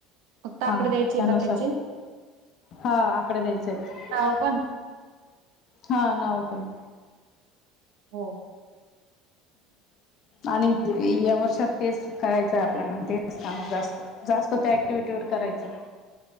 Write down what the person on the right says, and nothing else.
फक्त आकडे
द्यायचे
का त्याचे
नाव पण
हो